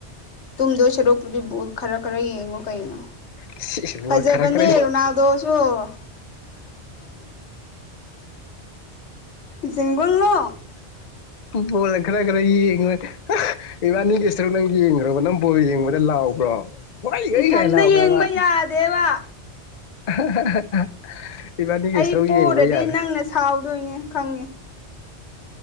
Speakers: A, on the left; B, on the left.
A: ꯇꯨꯡꯗꯣꯏ ꯁꯔꯨꯛꯄꯨꯗꯤ ꯈꯔ ꯈꯔ ꯌꯦꯡ ꯀꯩꯅꯣ
B: ꯁꯤꯁꯤꯕꯨ
A: ꯐꯖꯕꯅꯦ
B: ꯈꯔ ꯈꯔ
A: ꯔꯣꯅꯥꯜꯗꯣꯁꯨ ꯆꯤꯡꯒꯜꯂꯣ
B: ꯕꯣꯜꯒ ꯈꯥꯔ ꯈꯔ ꯌꯦꯡꯉꯨꯔꯣꯏ ꯏꯕꯥꯅꯤꯒꯤ ꯁꯔꯨꯛ ꯅꯪ ꯌꯦꯡꯈ꯭ꯔꯕ ꯅꯪ ꯕꯣꯏ ꯌꯦꯡꯕꯗ ꯂꯥꯎꯕ꯭ꯔꯣ ꯋꯥꯏ ꯑꯩ
A: ꯏꯊꯟꯗ
B: ꯀꯥꯏ ꯂꯥꯎꯕ꯭ꯔꯕ
A: ꯌꯦꯡꯕ ꯌꯥꯗꯦꯕ
B: <inaudible>
A: ꯑꯩ
B: ꯁꯔꯨꯛ
A: ꯄꯣꯛꯎꯔꯗꯤ
B: ꯌꯦꯡꯈ꯭ꯔꯣ ꯌꯥꯔꯦ
A: ꯅꯪꯅ ꯁꯥꯎꯗꯣꯏꯅꯦ ꯈꯪꯉꯦ